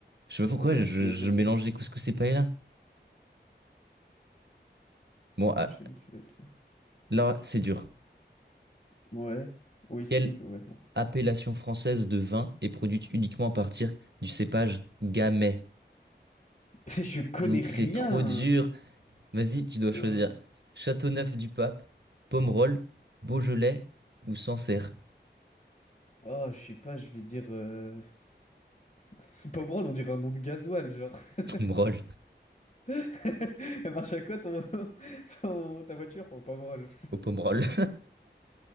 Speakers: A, on the right; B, on the left.
A: Je sais pas pourquoi,
B: Bon, celle-ci,
A: je,
B: tu l'as déjà
A: je
B: faite,
A: mélangeais
B: du coup.
A: couscous et paella. Bon,
B: Prochaine,
A: ah,
B: tu l'as déjà.
A: là, c'est dur.
B: Ouais. Oui, surtout
A: Quel
B: que, ouais, bon.
A: appellation française de vin et produite uniquement à partir du cépage Gamay.
B: <laughs> Je connais
A: Donc,
B: rien!
A: C'est trop dur. Vas-y, tu dois choisir
B: Euh...
A: Châteauneuf-du-Pape, Pomerol, Beaujolais ou Sancerre.
B: Oh, je sais pas, je vais dire... Euh... <laughs> Pomerol, on dirait un nom de gasoil, genre. <laughs>
A: <laughs> Pomerol.
B: <laughs> Elle marche à quoi ton, <laughs> ton- ta voiture? Oh, pas mal.
A: Au Pomerol.